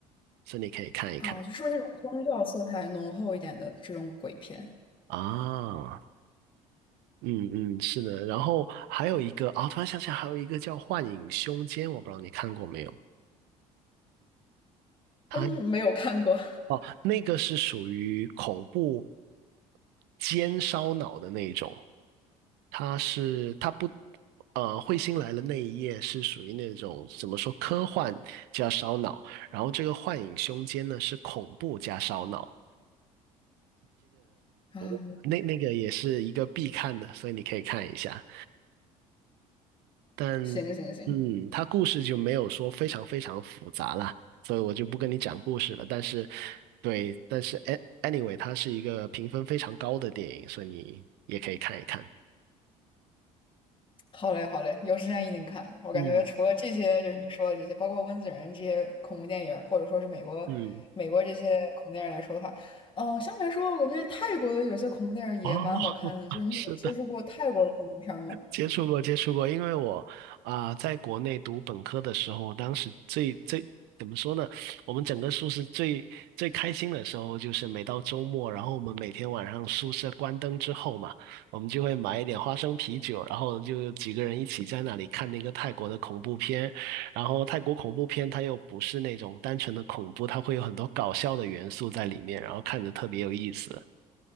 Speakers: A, on the right; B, on the left.
A: 所以你可以看一看
B: 啊，就是那种宗教色彩浓厚一点的这种鬼片。
A: 啊。嗯嗯，是的。然后还有一个啊、突然想起来还有一个叫《幻影凶间》，我不知道你看过没有？它
B: 嗯，没有看过
A: 哦，那个是属于恐怖煎烧脑的那一种，它是它不呃，彗星来了那一夜是属于那种怎么说科幻加烧脑，然后这个幻影凶间呢是恐怖加烧脑，
B: <laughs> 啊，
A: 哦那那个也是一个必看的，所以你可以看一下。但
B: 行行行，
A: 嗯，它故事就没有说非常非常复杂啦，所以我就不跟你讲故事了。但是，对，但是 a- anyway，它是一个评分非常高的电影，所以你也可以看一看。
B: 好嘞，好嘞，有时间一定看。我感觉除了这些，
A: 嗯
B: 就是你说的这些，包括温子仁这些恐怖电影儿，或者说是美国美国这些恐怖电影儿来说的话，
A: 嗯，
B: 嗯，相对来说，我感觉泰国的有些恐怖电影儿也蛮好看的。
A: 哦，
B: 就是你有接触过泰国的恐怖片儿吗？
A: <laughs> 是的。接触过，接触过，因为我啊、在国内读本科的时候，我当时最最怎么说呢？我们整个宿舍最最开心的时候，就是每到周末，然后我们每天晚上宿舍关灯之后嘛，我们就会买一点花生啤酒，然后就几个人一起在那里看那个泰国的恐怖片。然后泰国恐怖片它又不是那种单纯的恐怖，它会有很多搞笑的元素在里面，然后看着特别有意思